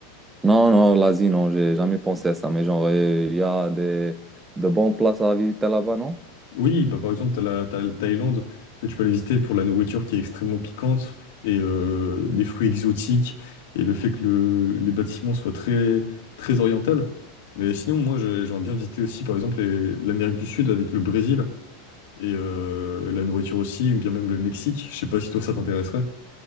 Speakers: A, on the right (about 15°); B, on the left (about 70°).
A: Non, non, l'Asie, non, j'ai jamais pensé à ça. Mais genre, euh, il y a des, de bonnes places à visiter là-bas, non?
B: Oui, bah par exemple, tu as la, t'as la Thaïlande, que tu peux aller visiter pour la nourriture qui est extrêmement piquante et euh, les fruits exotiques et le fait que le- les bâtiments soient très, très orientaux. Mais sinon, moi, je- j'aimerais bien visiter aussi, par exemple, les- l'Amérique du Sud avec le Brésil et euh, la nourriture aussi, ou bien même le Mexique. Je sais pas si toi, ça t'intéresserait.